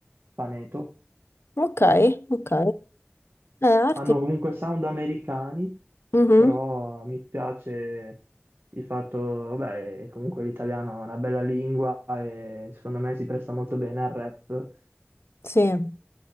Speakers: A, on the right; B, on the left.
A: Paneto.
B: Ok, ok. Eh, arti.
A: Hanno comunque sound americani,
B: Mhm,
A: però mi piace il fatto, vabbè, comunque l'italiano è una bella lingua e secondo me si presta molto bene al rap.
B: Sì.